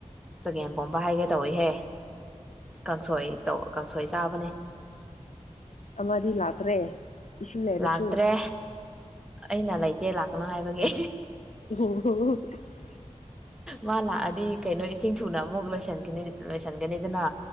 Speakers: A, in the centre; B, on the left (about 75°).
A: ꯆꯒꯦꯝꯄꯣꯝꯕ ꯍꯥꯏꯒꯦ ꯇꯧꯋꯦꯍꯦ ꯀꯥꯡꯁꯣꯏ ꯇꯧ ꯀꯥꯡꯁꯣꯏ ꯆꯥꯕꯅꯦ
B: ꯑꯃꯗꯤ ꯂꯥꯛꯇ꯭ꯔꯦ ꯏꯁꯤꯡ ꯂꯩꯔꯁꯨ
A: ꯂꯥꯛꯇ꯭ꯔꯦ ꯑꯩꯅ ꯂꯩꯇꯦ ꯂꯥꯛꯀꯅꯨ ꯍꯥꯏꯕꯒꯤ
B: ꯑꯣ ꯑꯣ
A: ꯃꯥ ꯂꯥꯛꯑꯗꯤ ꯀꯩꯅꯣ ꯏꯁꯤꯡ ꯊꯨꯅ ꯑꯃꯨꯛ ꯂꯣꯏꯁꯟꯅꯤ ꯂꯣꯏꯁꯟꯒꯅꯤꯗꯅ